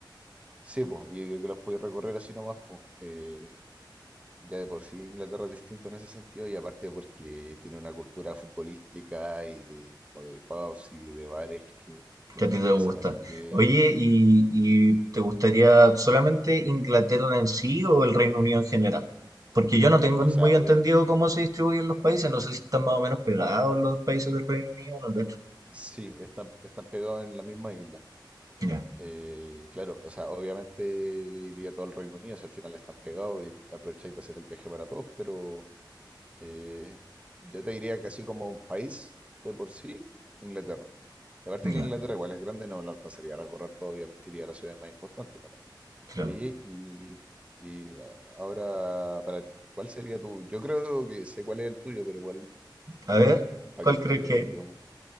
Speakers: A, on the right; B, on the right.
A: sí, pues, yo creo que los podéis recorrer así nomás, pues. eh, ya de por sí Inglaterra es distinto en ese sentido y aparte porque tiene una cultura futbolística y de como de pubs y de bares que, que
B: que
A: me
B: a
A: interesan,
B: ti te gusta.
A: así que,
B: Oye, ¿y, y te gustaría solamente Inglaterra en sí o el Reino Unido en general? Porque yo no tengo
A: o
B: muy
A: sea, obviamente,
B: entendido cómo se distribuyen los países, no sé si están más o menos pegados los países del Reino Unido, no cacho.
A: sí, están, están pegados en la misma isla.
B: Ya,
A: Eh, claro, o sea, obviamente iría todo al Reino Unido, si al final están pegados y aprovecháis de hacer el viaje para todos, pero eh, yo te diría que así como país de por sí, Inglaterra. Y aparte
B: ya,
A: que Inglaterra igual es grande, no lo alcanzaría a recorrer todo, obviamente iría a las ciudades más importantes nomás.
B: claro.
A: Oye, y, y a- ahora para ti, ¿cuál sería tu? Yo creo que sé cuál es el tuyo, pero igual,
B: A
A: eh,
B: ver,
A: para
B: ¿cuál
A: que me
B: crees
A: lo digáis,
B: que?
A: digamos,
B: <laughs>